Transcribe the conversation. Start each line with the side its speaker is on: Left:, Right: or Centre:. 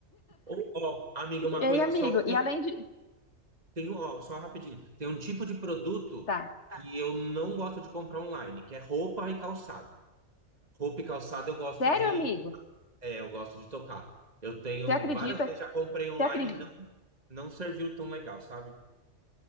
Right: Ô, ó, amiga, uma
Left: Ei,
Right: coisa
Left: amigo,
Right: só, tem
Left: e além de.
Right: Tem, um, ó, só rapidinho. Tem um tipo de produto
Left: Tá.
Right: Tá. que eu não gosto de comprar online, que é roupa e calçado. Roupa e calçado eu gosto
Left: Sério,
Right: de,
Left: amigo?
Right: é, eu gosto de tocar. Eu tenho
Left: Você acredita?
Right: várias vezes já comprei online
Left: Você acredita?
Right: e não, não serviu tão legal, sabe?